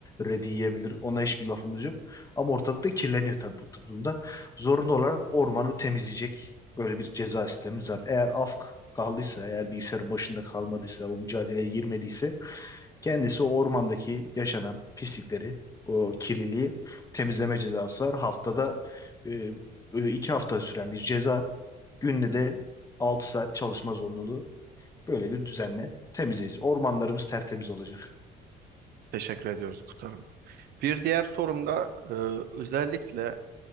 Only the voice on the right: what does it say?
Teşekkür ediyoruz muhtarım. Bir diğer sorum da e, özellikle